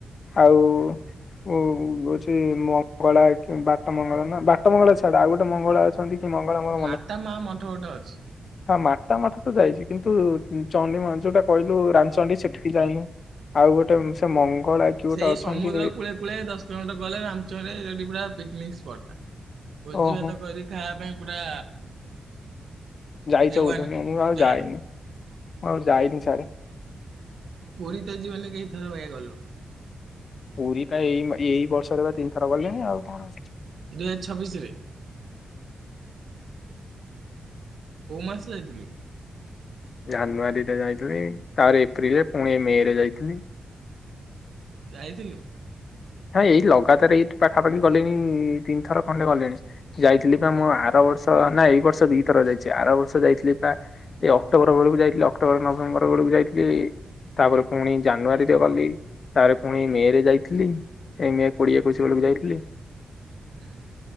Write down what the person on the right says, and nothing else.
ମାତା ମା ମଠ ଗଟେ ଅଛି।
ସେଇ
ସମୁଦ୍ର କୂଳେ କୂଳେ ଦଶ କିଲୋମିଟର ଗଲେ ରାମଚରେ ପୁରା ପିକନିକ ସ୍ପଟ ତା ଭୋଜି
ଭାତ କରି ଖାଇବା ପାଇଁ ପୁରା
ଏ ୱାନ୍
ଜାଗାଟା।
ପୁରୀ ତା ଜୀବନ କେଥର ହୋଇ ଗଲ।
ଦୁଇ ହଜାର ଛବିଶ ରେ କୋଉ ମାସ ଯାଇଥିଲି।
ରାଇଥିଲଥିଲୁ।
ହୁଁ।